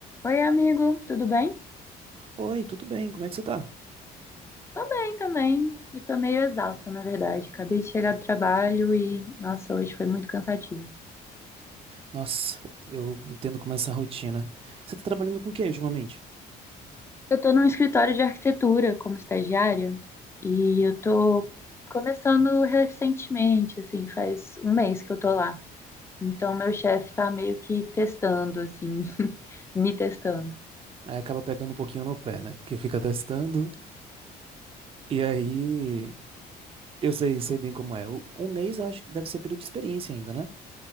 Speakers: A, on the left (about 15°); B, on the right (about 35°).
A: Oi, amigo, tudo bem?
B: Oi, tudo bem? Como é que você tá?
A: Tô bem também. Eu tô meio exausta, na verdade. Acabei de chegar do trabalho e, nossa, hoje foi muito cansativo.
B: Nossa, eu entendo como é essa rotina. Você tá trabalhando com o que ultimamente?
A: Eu tô num escritório de arquitetura como estagiária e eu tô começando recentemente, assim, faz um mês que eu tô lá. Então, meu chefe tá meio que testando, assim, <laughs> me testando.
B: Aí acaba pegando um pouquinho no pé, né? Porque fica testando. E aí, eu sei, sei bem como é. O- Um mês eu acho que deve ser período de experiência ainda, né?